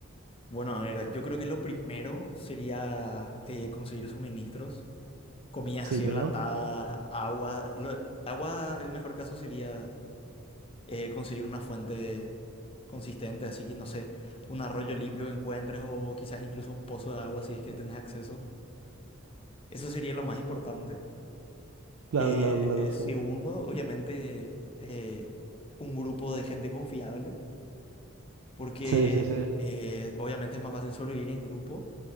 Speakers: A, on the left; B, on the right.
A: Bueno, a ver, yo creo que lo primero sería eh, conseguir suministros. comidas
B: Sí,
A: así
B: claro.
A: enlatadas, agua. Lo- el agua, el mejor caso sería eh, conseguir una fuente consistente, así que no sé, un arroyo limpio que encuentres o quizás incluso un pozo de agua si es que tenés acceso. Eso sería lo más importante.
B: Claro,
A: Eh,
B: claro, claro, sí.
A: segundo, obviamente, eh, un grupo de gente confiable. porque
B: Sí, sí, sí.
A: eh, obviamente es más fácil sobrevivir en grupo,